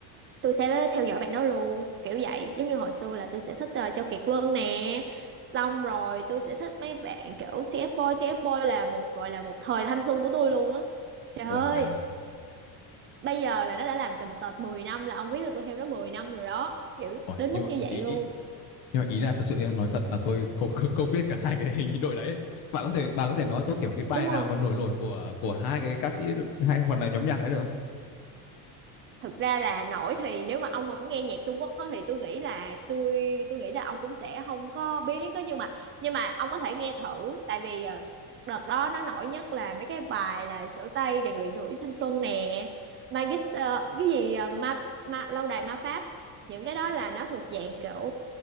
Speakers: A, on the right; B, on the left.
A: tôi sẽ theo dõi bạn đó luôn kiểu vậy giống như hồi xưa là tôi sẽ thích uh, Châu Kiệt Luân nè xong rồi tôi sẽ thích mấy bạn kiểu TF Boy TF Boy là một gọi là một thời thanh xuân của tôi luôn á trời ơi
B: Ủa vậy à?
A: bây giờ là nó đã làm concert 10 năm là ông biết là tôi theo nó 10 năm rồi đó kiểu
B: Ủa,
A: đến
B: nhưng
A: mức
B: mà
A: như vậy
B: ý,
A: luôn
B: ý, nhưng mà ý là thật sự em nói thật là tôi không, <laughs> không, không biết cả hai cái <laughs> hình đội đấy ấy. bạn có thể bạn có thể nói tôi kiểu cái
A: đúng
B: bài
A: không
B: nào mà nổi nổi của của hai cái ca sĩ hay hoặc là nhóm nhạc đấy được không
A: thực ra là nổi thì nếu mà ông không nghe nhạc Trung Quốc á, thì tôi nghĩ là tôi tôi nghĩ là ông cũng sẽ không có biết á nhưng mà nhưng mà ông có thể nghe thử tại vì ờ, đợt đó nó nổi nhất là mấy cái bài là Sửa Tay rèn luyện tuổi thanh xuân nè Magic ờ, cái gì ờ, ma, ma lâu đài ma pháp những cái đó là nó thuộc dạng kiểu